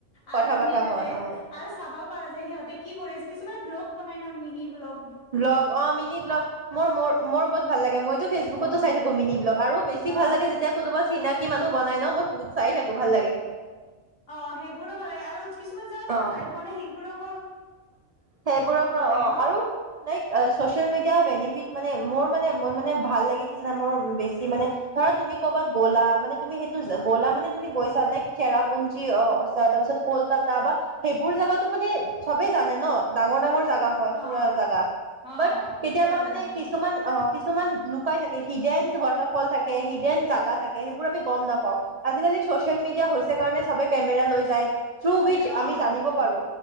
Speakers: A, on the left (about 70°); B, on the right (about 55°).
A: আৰু
B: কথা
A: তুমি
B: পতা
A: তাতে
B: হয় অ'
A: আৰু চাবাও পাৰা যে সিহঁতে কি কৰি আছ কি? কিছুমান ব্লগ বনাই নহ মিনিব্লগ।
B: ব্লগ অ মিনি ব্লগ মোৰোৰ মোৰ বহুত ভাল লাগে মইতো ফেচবুকতো
A: অ
B: চাই থাকো মিনি ব্লগ আৰু বেছি
A: অ
B: ভাল লাগে যেতিয়া কোনোবা চিনাকি কি মানুহ বনাই ন মই বহুত চাই থাকো ভাল লাগে।
A: অ সেইবোৰো ভাল লাগে আৰু কিছুমান জেগাত আমি
B: অ
A: যাই পোৱা নাই সেইবোৰক
B: সেইবোৰৰ পৰা
A: লাগে
B: অ
A: ন
B: আৰু লাইক চচিয়েল মিডিয়া বেনিফিট মানে মোৰ মানে মই মানে ভাল লাগে কিছু মোৰ বেছি মানে ধৰা তুমি ক'বাত গ'লা মানে তুমি সেইটো গ'লা মানে তুমি গৈছা ল চেৰাপুঞ্জী অ আছা তাৰপিছত কলকাতা বা সেইবোৰ জেগাতো মানে চবেই জানে ন ডাঙৰ ডাঙৰ জাগা। হয়
A: অ
B: ফুৰা জেগা
A: অ
B: বাট কেতিয়াবা
A: ফুৰা
B: মানে
A: জাগা
B: কিছুমান অ কিছুমান লুকাই থাকে হিডেন ৱাটাৰফল থাকে হিডেন জাগা থাকে সেইবোৰ আমি গম নাপাও আজিকালি চচিয়েল মিডিয়া হৈছে কাৰণে কেমেৰা লৈ যায়। থ্ৰু
A: হয়
B: উইচ
A: অ
B: আমি জানিব
A: সেইটো
B: পাৰো।